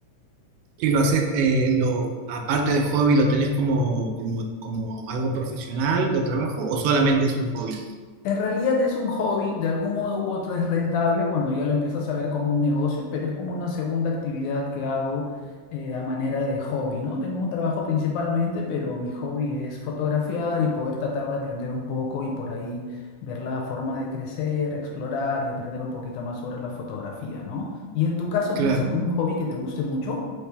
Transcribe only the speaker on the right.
¿Y lo haces, eh, lo, aparte de hobby, lo tenés como, como, como algo profesional de trabajo o solamente es un hobby?
Claro.